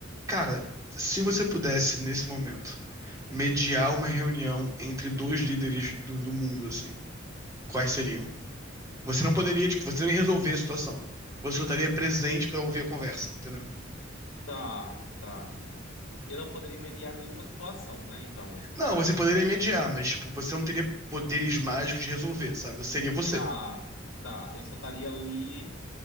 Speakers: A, on the right; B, on the left.
A: Cara, se você pudesse, nesse momento, mediar uma reunião entre dois líderes do, do mundo, assim, quais seriam? Você não poderia, tipo, você nem resolver a situação. Você só estaria presente pra ouvir a conversa, entendeu?
B: Tá, tá. Eu não poderia mediar nenhuma situação, né? Então,
A: Não, você poderia mediar, mas, tipo, você não teria poderes mágicos de resolver, sabe? Você seria você.
B: tá, tá. Eu só estaria ali.